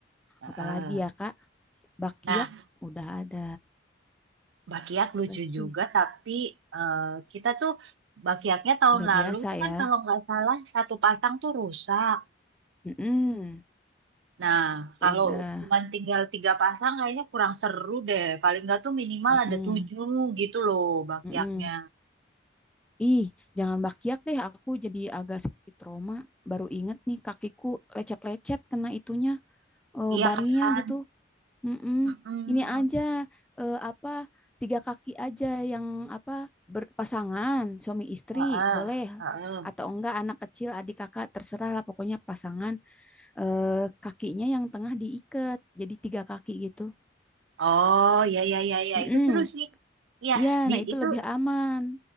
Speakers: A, on the right (about 80°); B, in the centre.
A: heeh.
B: Apalagi ya, Kak? Bakiak
A: Nah,
B: udah ada.
A: Bakiak
B: Apa
A: lucu
B: sih?
A: juga tapi eh, kita tuh Bakiaknya tahun
B: Udah
A: lalu
B: biasa
A: tuh kan
B: ya.
A: kalau nggak salah satu pasang tuh rusak.
B: Mm-mm,
A: Nah, kalau
B: udah.
A: cuma tinggal tiga pasang kayaknya kurang seru deh. Paling nggak tuh minimal
B: Mm-mm,
A: ada tujuh gitu loh Bakiaknya.
B: mm-mm. Ih, jangan bakiak deh. Aku jadi agak sedikit trauma. Baru inget nih kakiku lecet-lecet kena itunya eh,
A: Iya
B: bannya
A: kan?
B: gitu. Mm-mm.
A: Mm-mm.
B: Ini aja eh, apa tiga kaki aja yang apa berpasangan suami istri
A: Heeh,
B: boleh
A: heeh.
B: atau enggak anak kecil adik kakak terserah lah pokoknya pasangan eh, kakinya yang tengah diikat jadi tiga kaki gitu.
A: Oh, ya, ya, ya, ya,
B: Mm-mm.
A: itu seru sih. Iya,
B: Ya,
A: di
B: nah itu
A: itu
B: lebih aman.